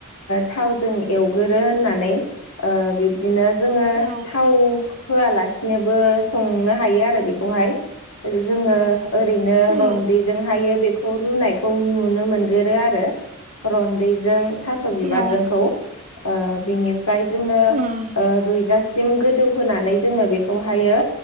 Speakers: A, on the left; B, on the right.
A: थावजों एवगोरो होननानै बिब्दिनो जोङो
B: औ
A: थाव होआलासिनोबो संनो हायो आरो बेखौहाय जोङो ओरैनो
B: औ
A: रन्दैजोंहायो बेखौ रुनायखौ नुनो मोनगोरो आरो। रनन्दैजों थास' बिबारजोंखौ
B: औ
A: ओ बेनि फ्राय जोङो
B: उम
A: ओ रुयजासिम गोदौ होनानै जोङो बेखौहायो